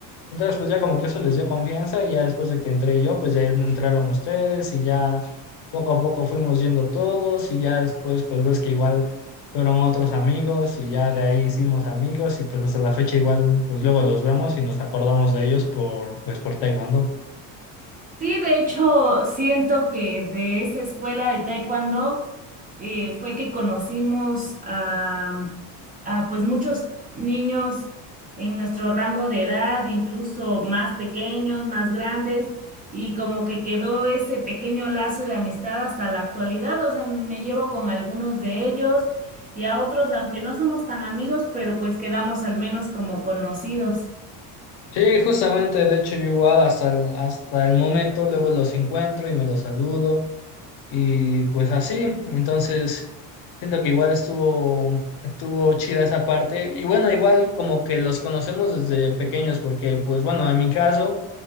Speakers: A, on the left (about 55°); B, on the right (about 20°).
A: entonces, pues ya como que eso les dio confianza y ya después de que entré yo, pues ya entraron ustedes y ya poco a poco fuimos yendo todos y ya después pues ves que igual fueron otros amigos y ya de ahí hicimos amigos y pues hasta la fecha igual pues luego los vemos y nos acordamos de ellos por pues por Taekwondo.
B: Sí, de hecho, siento que de esa escuela de taekwondo eh, fue que conocimos a, a, pues muchos niños en nuestro rango de edad, incluso más pequeños, más grandes, y como que quedó ese pequeño lazo de amistad hasta la actualidad. O sea, me llevo con algunos de ellos y a otros, aunque no somos tan amigos, pero pues quedamos al menos como conocidos.
A: Sí, justamente, de hecho yo igual hasta el, hasta el momento luego los encuentro y me los saludo. Y pues así, entonces siento que igual estuvo, estuvo chida esa parte. Y bueno, igual como que los conocemos desde pequeños, porque pues bueno, en mi caso,